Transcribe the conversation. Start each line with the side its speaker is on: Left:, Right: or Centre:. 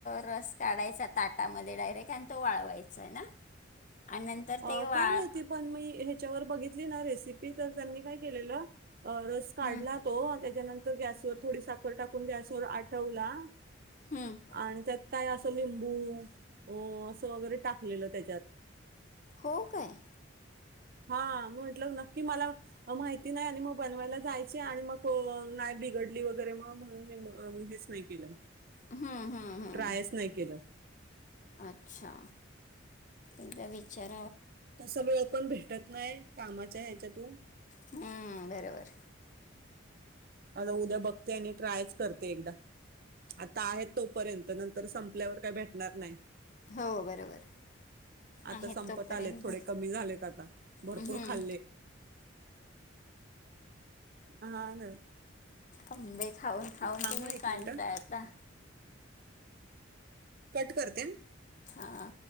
Left: रस काढायचा ताटामध्ये डायरेक्ट आणि तो वाळवायचा आहे ना
Right: <unintelligible>
Left: आणि नंतर
Right: अ
Left: ते वाळ
Right: काय माहिती पण मी ह्याच्यावर बघितली ना रेसिपी तर त्यांनी काय केलेलं. रस काढला
Left: हम्म,
Right: तो त्याच्यानंतर गॅसवर थोडी साखर टाकून गॅसवर आठवला.
Left: हम्म.
Right: आणि त्यात. काय असं लिंबू अ असं वगैरे टाकलेलं त्याच्यात.
Left: हो काय.
Right: हा म्हटलं नक्की मला माहिती नाही आणि मग बनवायला जायचे. आणि मग नाही बिघडली वगैरे मग म्हणून मी हेच नाही केलं.
Left: हम्म हम्म हम्म
Right: ट्रायच नाही केलं.
Left: अच्छा. एकदा विचार.
Right: तस वेळ पण भेटत नाही कामाच्या ह्याच्यातून
Left: हम्म बरोबर.
Right: आता उद्या बघते आणि ट्रायच करते एकदा आता आहेत तोपर्यंत नंतर. तर संपल्यावर काही भेटणार नाही.
Left: हो बरोबर.
Right: आता
Left: आहे
Right: संपत
Left: तोपर्यंत
Right: आलेत थोडे कमी झालेत आता भरपूर
Left: हम्म.
Right: खाल्ले. हा ना.
Left: आंबे खाऊन खाऊन
Right: थांब
Left: तुम्ही
Right: हं एक
Left: काढता
Right: मिनिट
Left: आता.
Right: कट करते.
Left: हा.